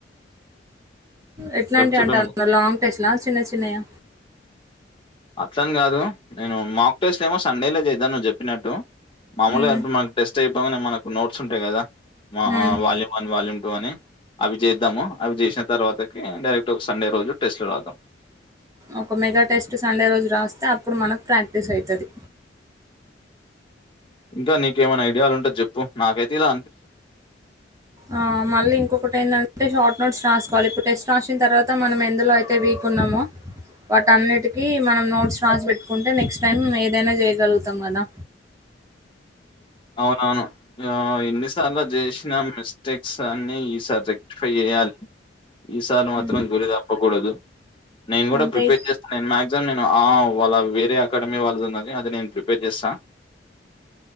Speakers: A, on the right (about 20°); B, on the left (about 30°).
A: ఎట్లాంటి
B: చెప్పు చెప్పేమని
A: అంటాన్నా లాంగ్ టెస్ట్ లా చిన్న చిన్నయా
B: అట్లాని కాదు నేను మాక్ టస్లేమో సండేలే చేద్దాం నువ్వు చెప్పినట్టు మామూలుగా
A: ఉమ్
B: <unintelligible> మనకు టెస్ట్ అయిపోగానే మనకు నోట్స్ ఉంటాయి కదా
A: ఉమ్
B: వాల్యూమ్ వన్ వాల్యూమ్ అని అవి చేద్దాము అవి చేసిన తర్వాతకి డైరెక్ట్ ఒక సండే రోజు టెస్ట్ రద్ధం
A: ఒక మెగ టెస్ట్ సండే రోజు రాస్తే అప్పుడు మనకు ప్రాక్టీస్ అయితది
B: ఇంకా నీకమైన ఐడియాలు ఉంటే చెప్పు నాకైతే ఇల
A: ఆ మళ్ళీ ఇంకొకటి ఎందంటే షార్ట్ నోట్స్ రాసుకోవాలి ఇప్పుడు టెస్ట్ రాసిన తర్వాత మనం ఎందులో అయితే వీక్ ఉన్నామో వాటి అన్నిటికీ మనం నోట్స్ రాసి పెట్టుకుంటే నెక్స్ట్ టైం ఏదైన చేయగలుగుతాం కదా
B: అవునవును ఇన్ని సార్లు జేసిన <unintelligible> మిస్టేక్స్ అన్ని ఈ సారి రెక్టిఫై చెయాలి ఈసారి మాత్రం
A: ఉమ్,
B: గురి తప్పకూడదు నేను కూడా
A: అంతే
B: ప్రిపేర్ చేస్తాను <unintelligible> నేను వాళ్ళ వేరే అకాడమీ వాళ్ళది ఉన్నది అది నేను ప్రిపేర్ చేస్త